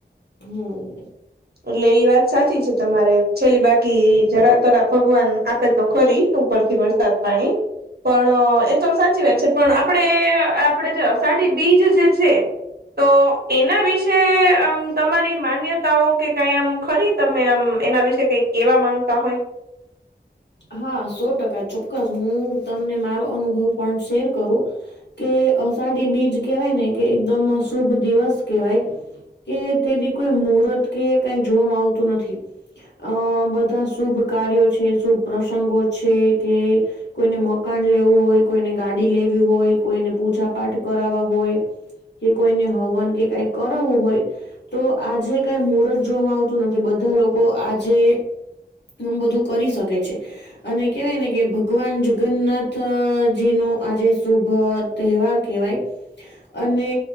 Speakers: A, on the left (about 70°); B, on the right (about 60°).
A: હમ્મ.
B: એટલે એ વાત સાચી છે તમારે છેલ્લી બાકી જરા તરા ભગવાન આપે તો ખરી ઉપરથી વરસાદ પાણી પણ તો સાચી વાત છે પણ આપણે આપણેે અષાઢી બીજ જે છે. તો એના વિશે આમ તમારી માન્યતાઓ કે કાઈ આમ ખરી. તમે આમ એના વિશે કઈક કેવા માંગતા હોય
A: હા સો ટકા ચોક્કસ હું તમને મારો અનુભવ પણ શેર કરું. કે અષાઢી બીજ કેવાય ને કે એકદમ શુભ દિવસ કેવાય. કે તેડી કોઈ મુહર્ત કે કઈ જોવામાં આવતું નથી. અ બધા શુભ કાર્યો છે, શુભ પ્રસંગો છે કે કોઈને મકાન લેવું હોય, કોઈને ગાડી લેવી હોય, કોઈને પૂજા પાઠ કરાવવા હોય. કે કોઈને હવન કે કાંઈક કરવું હોય. તો આજે કઈ મુહૂર્ત જોવામાં આવતું નથી બધા લોકો આજે એમ બધું કરી શકે છે. અને કેહેવાય ને કે ભગવાન જગન્નાથજી નો આજે શુભ તહેવાર કેહેવાય અને